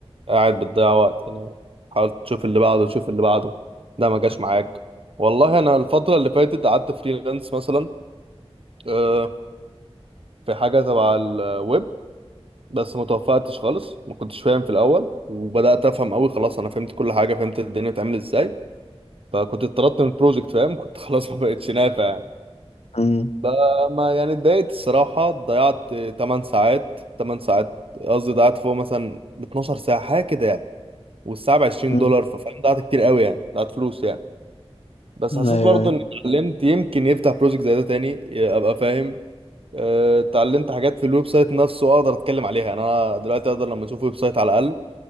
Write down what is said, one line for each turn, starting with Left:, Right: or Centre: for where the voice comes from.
Right: قاعد بتضيع وقت يعني حاول تشوف اللي بعده تشوف اللي بعده ده ما جاش معاك والله انا الفتره اللي فاتت قعدت فريلانس مثلا آه، في حاجه تبع الويب بس ما توفقتش خالص ما كنتش فاهم في الاول وبدات افهم قوي خلاص انا فهمت كل حاجه فهمت الدنيا بتعمل ازاي فكنت اتطردت من البروجكت فاهم كنت <laughs> خلاص ما بقتش نافع يعني
Left: أمم،
Right: فما يعني اتضايقت الصراحة ضيعت 8 ساعات 8 ساعات قصدي ضيعت فوق مثلا 12 ساعة حاجة كده يعني والساعة ب 20
Left: أمم.
Right: دولار ففاهم ضيعت كتير قوي يعني ضيعت فلوس يعني بس
Left: أيوه
Right: حسيت
Left: أيوه
Right: برضو اني اتعلمت يمكن يفتح بروجكت زي ده تاني ابقى فاهم آه، اتعلمت حاجات في الويب سايت نفسه اقدر اتكلم عليها يعني انا دلوقتي اقدر لما اشوف ويب سايت على الاقل